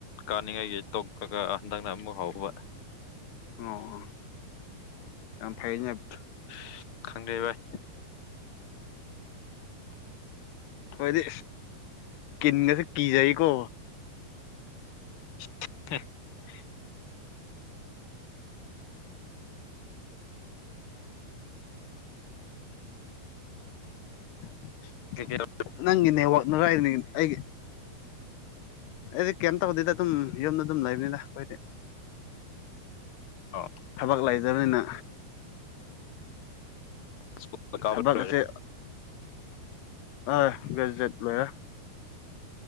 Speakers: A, on the left; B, on the left.
A: ꯀꯥꯅꯤꯡꯉꯩꯒꯤ ꯇꯣꯛꯈꯔꯒ ꯍꯟꯗꯛꯅ ꯑꯃꯨꯛ ꯍꯧꯕ
B: ꯑꯣ ꯌꯥꯝ ꯐꯩꯅꯦ
A: <unintelligible> ꯈꯪꯗꯦ ꯚꯥꯏ꯫
B: ꯑꯈꯣꯏꯗꯤ ꯀꯤꯟꯒꯖꯦ ꯀꯤꯖꯩꯀꯣ꯫
A: <unintelligible>
B: <inaudible>
A: ꯀꯦꯀꯦꯔꯧ
B: ꯅꯪꯒꯤ ꯅꯦꯠꯋꯥꯛꯅꯔ ꯑꯩꯅꯒꯤ ꯑꯩꯒꯤ ꯑꯩꯗꯤ ꯀꯩꯝ ꯇꯧꯗꯦꯗ ꯗꯨꯝ ꯌꯨꯝꯗ ꯗꯨꯝ ꯂꯩꯕꯅꯤꯗ ꯈꯣꯏꯗꯤ
A: ꯇꯧ
B: ꯊꯕꯛ ꯂꯩꯗꯝꯅꯤꯅ
A: ꯁ꯭ꯀꯨꯜ ꯀꯥꯕ
B: ꯊꯕꯛ
A: ꯂꯣꯏꯔꯦ
B: ꯑꯁꯦ ꯑꯥ ꯒ꯭ꯔꯦꯖꯨꯋꯦꯠ ꯂꯣꯏꯔꯦ